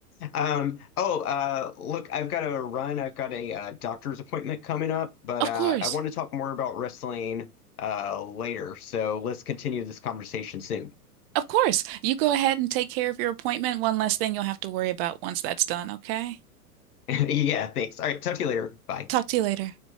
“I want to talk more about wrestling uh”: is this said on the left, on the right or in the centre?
Left